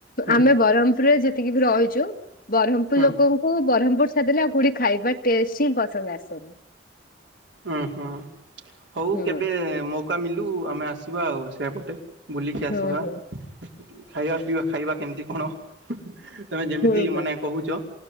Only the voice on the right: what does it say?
ହୁଁ
ହୁଁ
ଉଁ ହୁଁ ହଉ
କେବେ ମୌକା ମିଲୁ ଆମେ ଆସିବା ଆଉ ସେପଟେ। ବୁଲିକି ଆସିବା
ଖାଇବା ପିଇବା ଖାଇବା କେମିତି କଣ? ତମେ ଯେମିତି
ମାନେ କହୁଛ।